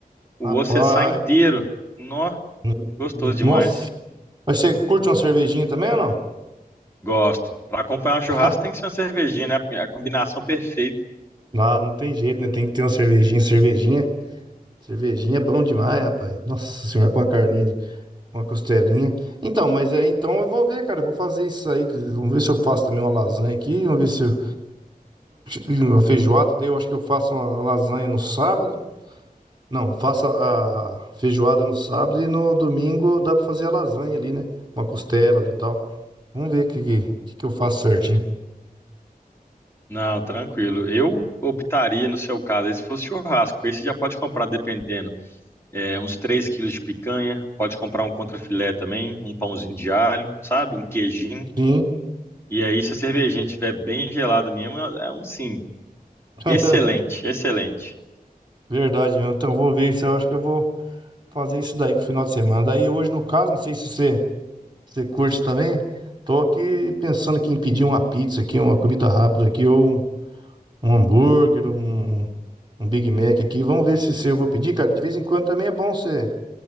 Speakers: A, on the left; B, on the right.
A: o
B: Rapaz,
A: osso ele sai inteiro. Nó,
B: n-
A: gostoso
B: n-
A: demais.
B: nossa. Mas você curte uma cervejinha também ou não?
A: Gosto. Pra acompanhar um churrasco
B: <laughs>
A: tem que ser uma cervejinha, né? A combinação perfeita.
B: não não tem jeito, né? Tem que ter uma cervejinha, cervejinha. Cervejinha é bom demais, rapaz. Nossa senhora, com a carninha, com a costelinha. Então, mas é, então eu vou ver, cara. Eu vou fazer isso aí. que- Vamos ver se eu faço também uma lasanha aqui. Vamos ver se eu, uma feijoada. Daí eu acho que eu faço uma lasanha no sábado. Não, faço a feijoada no sábado e no domingo dá pra fazer a lasanha ali, né? Uma costela ali e tal. Vamos ver o que, que, que que eu faço certinho.
A: Não, tranquilo. Eu optaria, no seu caso, aí se fosse churrasco, porque aí você já pode comprar dependendo. é, uns 3 quilos de picanha, pode comprar um contrafilé também, um pãozinho de alho, sabe? Um queijinho.
B: Sim.
A: E aí, se a cervejinha estiver bem gelada mesmo, é um sim.
B: <laughs>
A: Excelente, excelente.
B: Verdade, mesmo. então eu vou ver se Eu acho que eu vou fazer isso daí pro final de semana. Daí hoje, no caso, não sei se você. Você curte também? Tô aqui pensando aqui em pedir uma pizza aqui, uma comida rápida aqui, ou um, um hambúrguer, um, um Big Mac aqui. Vamos ver se, se eu vou pedir, cara. De vez em quando também é bom você